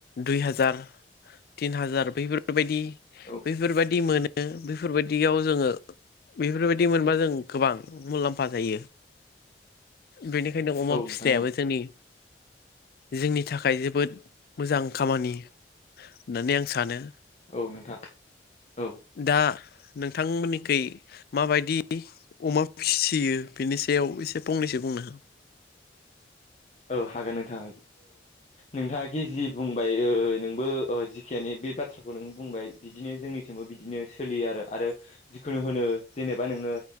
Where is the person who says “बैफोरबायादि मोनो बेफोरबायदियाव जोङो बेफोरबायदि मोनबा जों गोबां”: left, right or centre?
Left